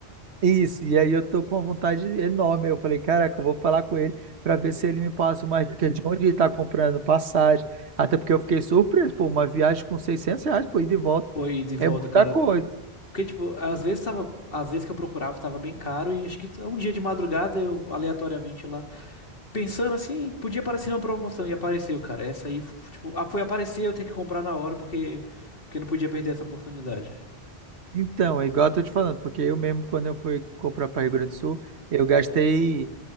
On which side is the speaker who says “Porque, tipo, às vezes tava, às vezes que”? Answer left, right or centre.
Left